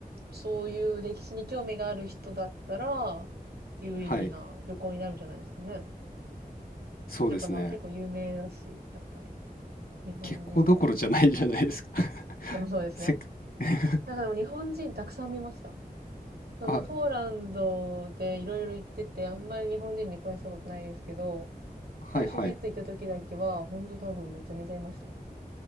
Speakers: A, on the right; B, on the left.
A: そういう歴史に興味がある人だったら、有意義な旅行になるんじゃないですかね。
B: はい、そうですね。
A: やっぱまあ結構有名だし、やっぱり。日本人。
B: 結構どころじゃないじゃないですか <laughs>
A: でもそうですね。
B: せっ <laughs>
A: なんかでも日本人たくさん見ました。そのポーランドでいろいろ行ってて、
B: あ、
A: あんまり日本人出くわしたことないですけど、
B: はいはい。
A: アウシュビッツ行った時だけは、ほんと多分めちゃめちゃいましたね。